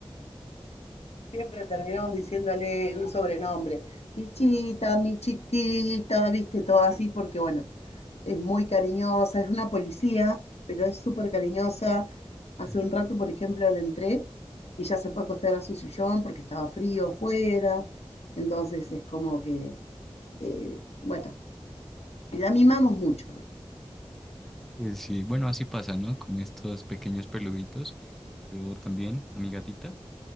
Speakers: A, on the left (about 80°); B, in the centre.
A: Siempre terminamos diciéndole un sobrenombre. Pichita, mi chiquita, viste, todo así, porque bueno, es muy cariñosa, es una policía, pero es súper cariñosa. Hace
B: <laughs>
A: un rato, por ejemplo, la entré y ya se fue a acostar a su sillón porque estaba frío afuera. Entonces es como que, eh, bueno, la mimamos mucho, ¿viste?
B: Eh, Sí, bueno, así pasa, ¿no? Con estos pequeños peluditos. Yo también, a mi gatita.